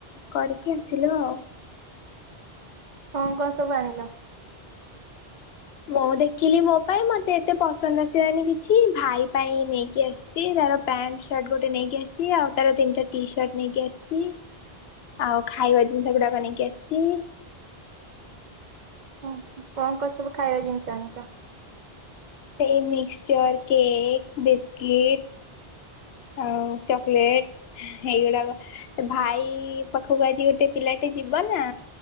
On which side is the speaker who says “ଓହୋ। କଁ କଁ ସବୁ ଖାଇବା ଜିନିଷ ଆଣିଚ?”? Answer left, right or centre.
Right